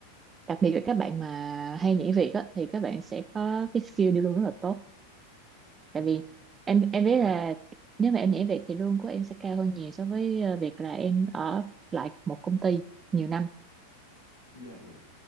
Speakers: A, on the right; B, on the left.
A: đặc biệt là các bạn
B: Ừ.
A: mà hay nhảy việc á thì các bạn sẽ có cái skill đi luôn rất là tốt
B: Ừ.
A: tại vì em em biết là nếu mà em nhảy việc thì lương của em sẽ cao hơn nhiều so với ờ, việc là em ở lại một công ty nhiều năm
B: dạ dạ